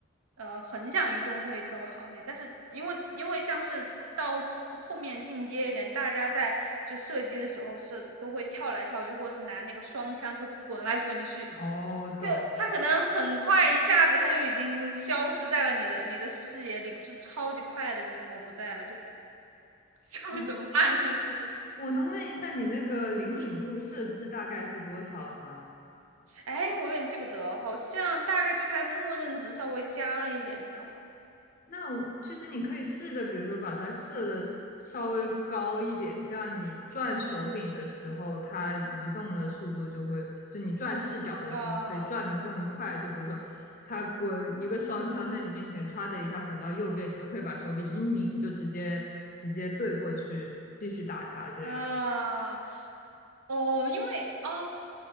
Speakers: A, on the right; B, on the left.
A: 呃，横向移动会稍微好一点，但是因为因为像是到后面进阶一点，大家在就射击的时候是都会跳来跳去，或是拿那个双枪就是滚来滚去，
B: 哦，我懂。
A: 就他可能很快一下子他就已经消失在了你的你的视野里，就超级快的就这么不在了，就 <laughs>
B: 哦，
A: 面怎么办呢？就是。
B: 我能问一下你那个灵敏度设置大概是多少吗？
A: 哎，我有点记不得，好像大概就它默认值稍微加了一点，这样吧。
B: 那我其实你可以试着，比如说把它设的稍微高一点，这样你转手柄的时候，它移动的速度就会，就你转视角的时候可以转得更快。
A: 啊
B: 就比如说，它滚一个双枪在你面前，歘的一下滚到右边，你就可以把手柄一拧，就直接直接对过去继续打它。这样
A: 啊哦，因为啊，